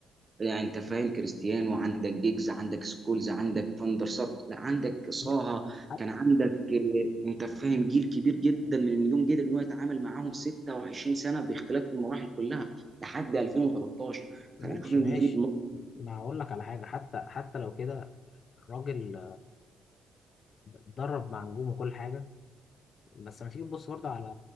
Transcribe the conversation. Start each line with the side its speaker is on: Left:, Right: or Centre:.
Right: يعني انت فاهم كريستيانو عندك جيجز عندك سكولز عندك فاندر سار لا عندك صاها
Left: ماشي حتى
Right: كان عندك آه، انت فاهم جيل كبير جدا من النجوم قدر ان هو يتعامل معاهم 26 سنه باختلاف المراحل كلها لحد 2013
Left: ماشي
Right: فانا اشوف ان
Left: ماشي
Right: دي نقطة-
Left: ما هقول لك على حاجة حتى حتى لو كده الراجل درب مع نجوم وكل حاجة بس لما تيجي تبص برضه على